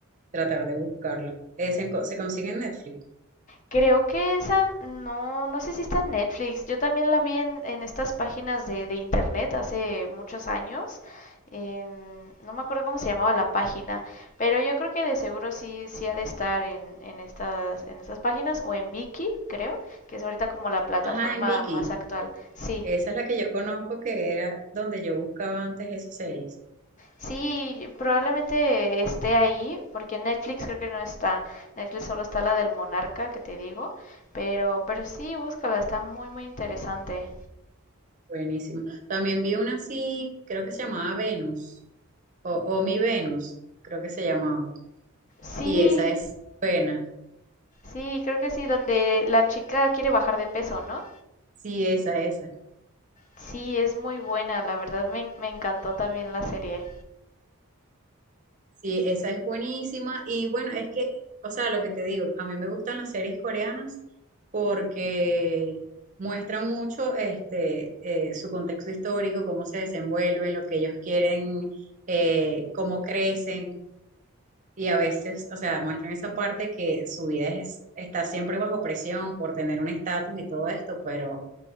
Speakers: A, on the right; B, on the left.
A: tratar de buscarla. Eh, se, enco- se consigue en Netflix.
B: Creo que esa, no, no sé si está en Netflix. Yo también la vi en, en estas páginas de, de internet hace muchos años. en- no me acuerdo cómo se llamaba la página, pero yo creo que de seguro sí, sí ha de estar en, en estas, en estas páginas o en Viki, creo, que es ahorita como la plataforma
A: Ajá, en Viki.
B: más actual. Sí,
A: Esa es la que yo conozco, que era donde yo buscaba antes esas series.
B: sí, probablemente esté ahí, porque en Netflix creo que no está. Netflix solo está la del Monarca, que te digo, pero, pero sí, búscala, está muy, muy interesante.
A: Buenísimo. También vi una así, creo que se llamaba Venus, o, o Mi Venus, creo que se llamaba.
B: Sí,
A: Y esa es buena.
B: sí, creo que sí, donde la chica quiere bajar de peso, ¿no?
A: Sí, esa, esa.
B: Sí, es muy buena, la verdad me, en- me encantó también la serie.
A: Sí, esa es buenísima. Y bueno, es que, o sea, lo que te digo, a mí me gustan las series coreanas porque muestran mucho este, eh, su contexto histórico, cómo se desenvuelven, lo que ellos quieren, eh, cómo crecen. Y a veces, o sea, muestran esa parte que su vida es, está siempre bajo presión por tener un estatus y todo esto, pero